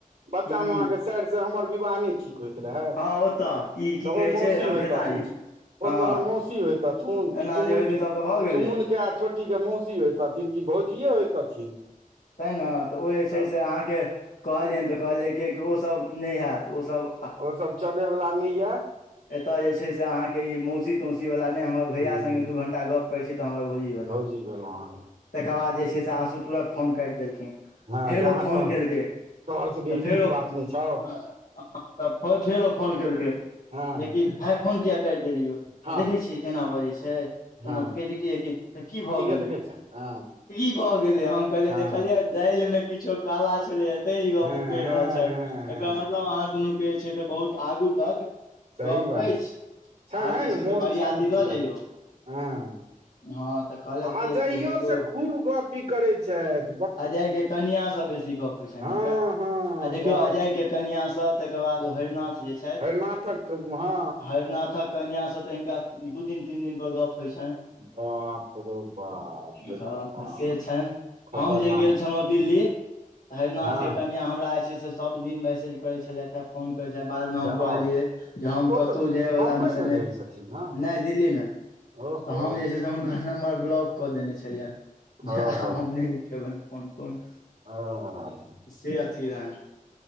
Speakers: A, on the right (about 80°); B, on the left (about 85°).
A: बच्चा
B: हूँ
A: मे अहाँके साइर से हमर विवाह नहि ठीक होइत रहए तऽ
B: हँ ओतऽ ई की
A: ओ
B: कहै
A: मौसी
B: छै रमखेतारी
A: होइतथिन।
B: हँ
A: ओ तोहर मौसी होइतथुन। कि
B: एना
A: चुमुन
B: जे होेइतै
A: के
B: तब तऽ भऽ
A: चुमुन
B: गेलै
A: के आ छोटी के मौसी होइतथिन कि भौजीए होइतथिन।
B: तँहें तऽ ओ जे छै।
A: तब
B: से अहाँकेँ कहलियनि तऽ कहलियै कि ओ सभ नहि हैत ओ सभ
A: ओ सभ चलयवला नहि यए
B: एतय जे छै। से अहाँ के ई मौसी तौसी वाल ने हमर भैया
A: हूँ
B: संगे दू घंटा गप करैत छी तऽ हमर भौजी भेलीह
A: भौजी भेलीह अहाँ।
B: तेकर बाद जे छै। से आसू तुरते फोन काटि देलखिन फेर
A: हँ जे अहाँ
B: ओ फोन
A: तोह
B: केलकै
A: तोहर सबके
B: तऽ
A: ई
B: फेरो
A: नीक बात नहि छौ
B: हँ तऽ फेरो फोन केलखिन।
A: हँ
B: जेकि है फोन किया काटि देलीयै। तऽ
A: हँ
B: देखैत छियै केना बजैत छै।
A: हँ
B: नबके छै। किया कि तऽ कि भऽ
A: ठीके
B: गेलै
A: तऽ कहै छै हँ
B: ई भऽ गेलै हम कहलियै
A: हँ
B: देखलियै दालि में किछो काला छलैए। तैं गप
A: हँ
B: ओ कहि
A: हँ
B: रहल छथि।
A: हँ हँ
B: एकर मतलब
A: हँ
B: अहाँ दुनू के जे छै। से बहुत आगू तक
A: सही
B: गप्प
A: बात
B: अछि
A: छै छनि
B: आब जे छै।
A: मोन
B: से बरियती
A: छनि पूरा
B: लऽ जइयौ
A: हँ
B: हँ तऽ कहलथि
A: आ
B: कि
A: जाइयो
B: कि हेतौ
A: से खूब गपी करे छथिन।
B: अजय के कनियाँ सँ बेसी गप होइ छनि
A: हँ
B: हिनका
A: हँ
B: आ देखियौ
A: बाप
B: अजय के कनिया से तेकर बाद ओ हरिनाथ। जे छथि
A: हरिनाथक हँ हा
B: हरिनाथक कनिया सऽ तऽ हिनका दू दिन तीन दिन पर गप। होइ छनि
A: बाप रौ बाप हे
B: हँ
A: भगवान
B: तऽ से छनि।
A: खतरनाक
B: हम जे गेल छलहुँ दिल्ली तऽ हरिरिनाथ
A: हँ
B: के कनिआ हमरा जे छै। से सभ दिन मैसेज करै छलथि। फोन करै छै। बाद में हम
A: जे
B: कहलियै
A: आउ
B: जे हम
A: ओ
B: कतहु
A: तऽ
B: जायवला
A: बम्बई
B: में स
A: मे
B: नहि
A: रहै छथिन ने
B: नहि दिल्ली में तऽ
A: ओहो
B: हम जे छै। से हुनकर नम्बर ब्लॉक कऽ देने छलियनि जे
A: ओहो
B: आब हम नहि उठ बन फन कोन।
A: हा
B: से अथी रहै।